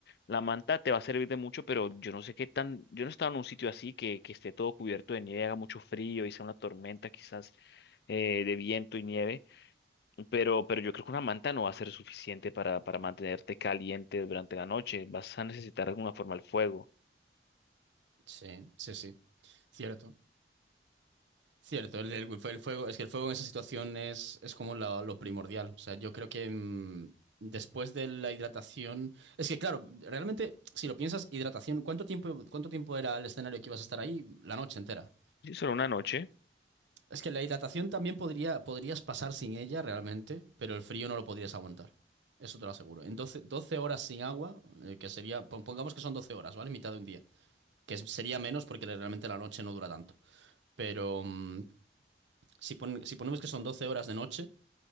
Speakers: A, on the left; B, on the right.
A: la manta te va a servir de mucho, pero yo no sé qué tan, yo no he estado en un sitio así que, que esté todo cubierto de nieve, haga mucho frío y sea una tormenta quizás eh, de viento y nieve, pero, pero yo creo que una manta no va a ser suficiente para, para mantenerte caliente durante la noche, vas a necesitar de alguna forma el fuego.
B: sí, sí, sí. Cierto. Cierto, el, el- el fuego, es que el fuego en esa situación es, es como la- lo primordial. O sea, yo creo que mm, después de la hidratación. Es que, claro, realmente, si lo piensas, hidratación, ¿cuánto tiempo, cuánto tiempo era el escenario que ibas a estar ahí? La noche entera.
A: ¿Sí, solo una noche?
B: Es que la hidratación también podría, podrías pasar sin ella realmente, pero el frío no lo podrías aguantar. Eso te lo aseguro. En 12 12 horas sin agua, eh, que sería, pon- pongamos que son 12 horas, ¿vale? Mitad de un día. Que es- sería menos porque realmente la noche no dura tanto. Pero mm, si, pon- si ponemos que son 12 horas de noche,